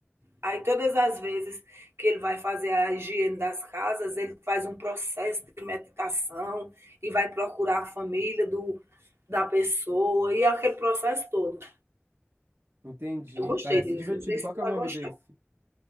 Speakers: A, on the right; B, on the right.
A: Aí, todas as vezes que ele vai fazer a higiene das casas, ele faz um processo de meditação e vai procurar a família do, da pessoa e é aquele processo todo.
B: Entendi.
A: Eu gostei
B: Parece
A: disso,
B: divertido.
A: não sei se
B: Qual
A: você
B: que é
A: vai
B: o nome
A: gostar.
B: desse?